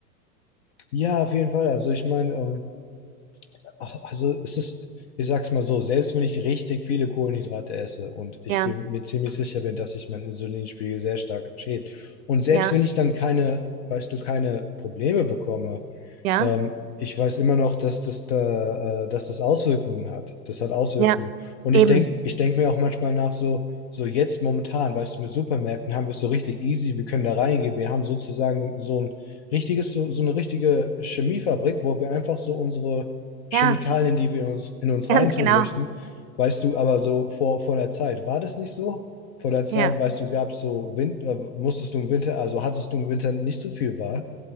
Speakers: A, on the left; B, on the right.
A: Ja, auf jeden Fall. Also ich meine, ähm, ach, also es ist, ich sag's mal so, selbst wenn ich richtig viele Kohlenhydrate esse und ich
B: Ja,
A: bin mir ziemlich sicher bin, dass sich mein Insulinspiegel sehr stark schäbt. Und selbst
B: ja,
A: wenn ich dann keine, weißt du, keine Probleme bekomme,
B: ja,
A: Ähm, ich weiß immer noch, dass das da, äh, dass das Auswirkungen hat. Das hat Auswirkungen.
B: ja,
A: Und
B: eben.
A: ich denke, ich denk mir auch manchmal nach, so, so jetzt momentan, weißt du, mit Supermärkten haben wir es so richtig easy, wir können da reingehen. Wir haben sozusagen so ein richtiges, so, so eine richtige Chemiefabrik, wo wir einfach so unsere Chemikalien,
B: Ja,
A: die wir uns in uns reintun
B: <laughs> ganz genau.
A: möchten, weißt du, aber so vor, vor der Zeit, war das nicht so? Vor der Zeit,
B: Ja,
A: weißt du, gab es so Wind, äh, musstest du im Winter, also hattest du im Winter nicht so viel Wahl?